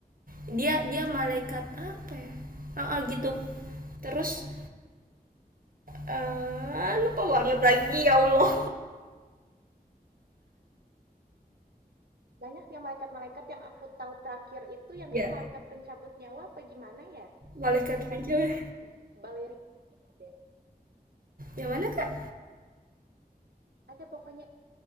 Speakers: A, on the right; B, on the right.
A: dia dia malaikat apa ya? Ah, ah, gitu. Terus eh lupa banget lagi ya Allah.
B: Banyak sih yang malaikat-malaikat yang aku tahu terakhir itu yang
A: <laughs>
B: dia
A: ya
B: malaikat pencabut nyawa apa gimana ya?
A: malaikat
B: Yang
A: pencuri.
B: satunya balerina deh.
A: Yang mana kak?
B: Ada pokoknya